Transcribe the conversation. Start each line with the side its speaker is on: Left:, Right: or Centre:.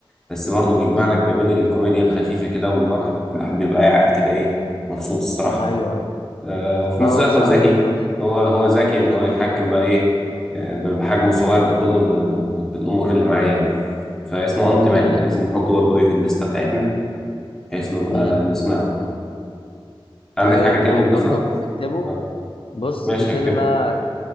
Centre: بس برضه بيجمع
Left: امم
Centre: لك ما بين الكوميديا الخفيفه كده والمرح الواحد بيبقى قاعد كده ايه مبسوط الصراحه
Left: ايوه ايوه
Centre: آه، وفي
Left: لا
Centre: نفس
Left: هو
Centre: الوقت
Left: صراحه
Centre: هو ذكي
Left: فيلم رهيب
Centre: هو هو ذكي ان
Left: امم
Centre: هو يتحكم بقى ايه آه، بحجمه الصغير ده كله ب- ب- بالامور اللي معاه يعني فاسمه انت مان
Left: امم
Centre: عايزين نحطه برضه ايه في الليسته بتاعتنا بحيث نبقى
Left: امم
Centre: نسمعه عندك
Left: ايوه لا
Centre: حاجه تانية
Left: لا بقى نحطه
Centre: تضيفها
Left: نكتبه
Centre: آه،
Left: بص
Centre: ماشي
Left: في فيلم
Centre: هكتبه
Left: بقى